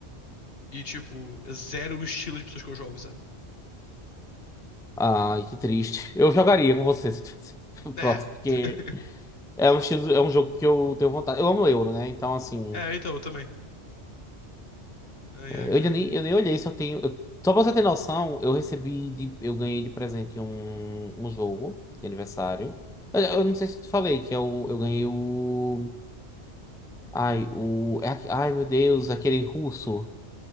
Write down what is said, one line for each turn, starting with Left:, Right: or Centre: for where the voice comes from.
Left: e, tipo, é zero o estilo de pessoas que eu jogo, sabe?
Centre: Ai, que triste. Eu jogaria com você se tivesse <laughs>
Left: É.
Centre: próximo, porque
Left: <laughs>
Centre: é um, estilo- é um jogo que eu tenho vontade. Eu amo Euro, né? Então, assim,
Left: É, então, eu também. Ai,
Centre: é,
Left: ai,
Centre: eu
Left: cara.
Centre: ainda nem, eu nem olhei se eu tenho. eu- só pra você ter noção, eu recebi, de- eu ganhei de presente um, um jogo de aniversário. Eu, eu não sei se eu te falei, que é o, eu ganhei o. Ai, o. é aque- ai, meu Deus, aquele russo,